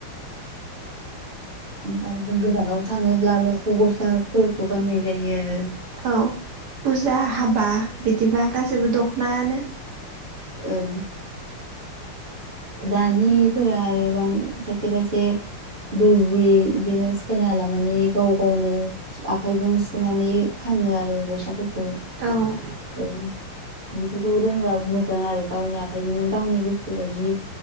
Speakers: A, on the right (about 35°); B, on the right (about 65°).
A: उ आरो जों गोजानाव थाङोब्लाल'सो गस्लाफोरखौ गाननाय जायो आरो ।
B: औ पुजा, हाबा बिदिबा गासैबो दखनायानो ।
A: उम। दानिफोरा आरोबां खायसे-खायसे दुरजि बिदिनो सिखायना लानानै गाव गावनो आखाइजों सुनानै फा नो आरो गस्लाफोरखौ
B: औ।
A: हायो बेफोरखौ रोंबा मोजां आरो गावनि आखाइजों गावनि गोसोबायदि